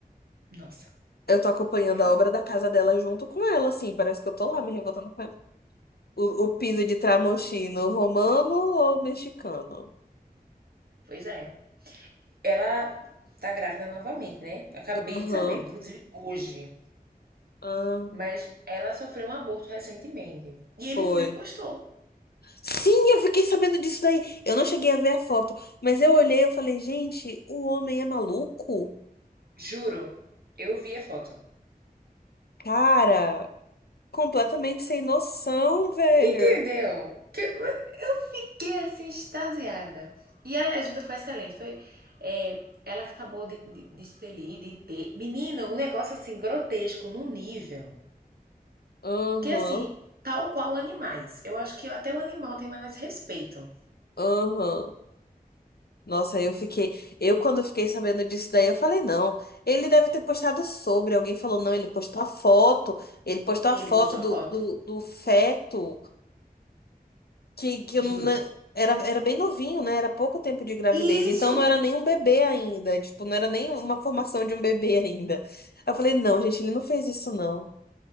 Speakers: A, on the right (about 75°); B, on the left (about 80°).
A: Nossa,
B: Eu tô acompanhando
A: pelo
B: a
A: amor.
B: obra da casa dela junto com ela, assim, parece que eu tô lá me revoltando com ela. O, o piso de tramontino romano ou mexicano?
A: Pois é. Ela tá grávida novamente, né? Eu acabei
B: Aham,
A: de saber, inclusive hoje.
B: ah,
A: Mas ela sofreu um aborto recentemente. E
B: foi.
A: ele foi e postou.
B: Sim, eu fiquei sabendo disso daí. Eu não cheguei a ver a foto, mas eu olhei e falei, gente, o homem é maluco?
A: Juro. Eu vi a foto.
B: Cara, completamente sem noção, velho.
A: Entendeu? Que eu eu fiquei assim, extasiada. E a legenda foi excelente. Foi, é, ela acabou de, de, de expelir, de ter. Menina, um negócio assim, grotesco, num nível.
B: Aham,
A: Que assim, tal qual animais. Eu acho que até o animal tem mais respeito.
B: aham. Nossa,
A: Nossa.
B: eu fiquei. Eu, quando fiquei sabendo disso daí, eu falei, não. Ele deve ter postado sobre. Alguém falou, não, ele postou a foto. Ele postou
A: Ele
B: a foto
A: postou
B: do,
A: a foto,
B: do, do feto. que, que eu
A: juro.
B: na- era, era bem novinho, né? Era pouco tempo de gravidez.
A: E
B: Então
A: isso!
B: não era nem um bebê ainda. Tipo, não era nem uma formação de um bebê ainda. Eu falei, não, gente, ele não fez isso, não.